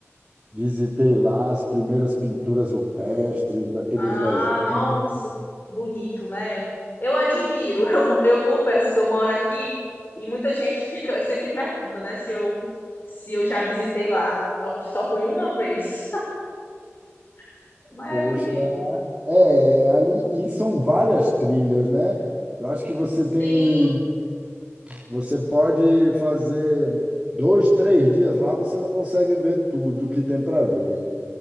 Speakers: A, on the right; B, on the left.
A: Visitei lá as primeiras pinturas rupestres, aqueles
B: Ah,
A: desenhos.
B: nossa, bonito, né? Eu admiro. <laughs> Eu, mo- eu confesso que eu moro aqui e muita gente fica sempre me pergunta, né, se eu se eu já visitei lá. Só só fui uma vez, <laughs> mas
A: Poxa,
B: é bonito.
A: é, ali, e são várias trilhas, né? Eu acho que você
B: Sim,
A: tem, você pode fazer dois, três dias lá, você não consegue ver tudo que tem para ver,